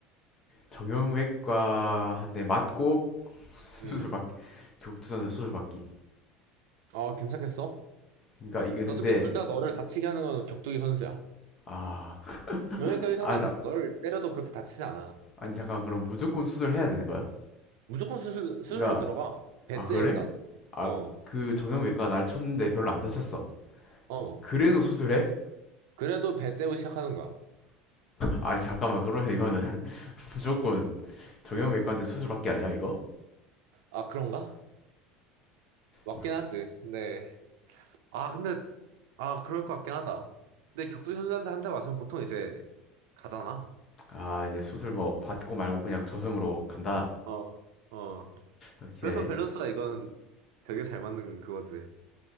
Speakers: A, on the left; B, on the right.
A: 정형외과 한 대 맞고 <laughs> 수술
B: 음.
A: 받기, 격투선수 수술 받기.
B: 아, 괜찮겠어?
A: 그러니까 이게 근데,
B: 어차피 둘 다 너를 다치게 하는 건 격투기 선수야.
A: 아,
B: 정형외과 의사는
A: 아, 자,
B: 널 때려도 그렇게 다치지 않아.
A: 아니 잠깐 그럼 무조건 수술해야 되는 거야?
B: 무조건 수술, 수술
A: 그러니까
B: 들어가. 배째
A: 아 그래?
B: 일단.
A: 아,
B: 어,
A: 그 정형외과가 날 쳤는데 별로 안 다쳤어.
B: 어.
A: 그래도 수술해?
B: 그래도 배째고 시작하는 거야.
A: 아, 잠깐만 그러면 이거는 <laughs> 무조건 정형외과한테 수술밖에 아니야 이거?
B: 아, 그런가? 맞긴
A: 오케이.
B: 하지. 네. 아, 근데, 아, 그럴 것 같긴 하다. 근데 격투 선수한테 한 대 맞으면 보통 이제 가잖아.
A: 아, 이제 수술 뭐 받고 말고 그냥 저승으로 간다.
B: 어, 어.
A: 오케이.
B: 그래서 밸런스가 이건 되게 잘 맞는 그거지.